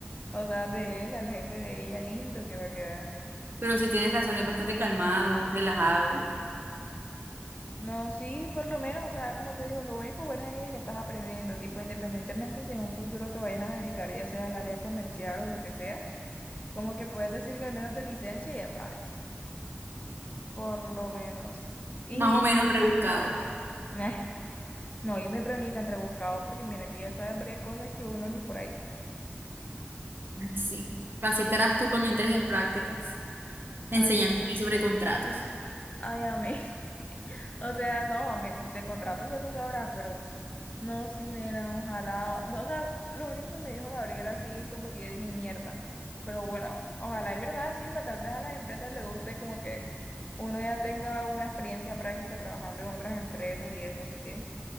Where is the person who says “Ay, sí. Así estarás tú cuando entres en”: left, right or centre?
Right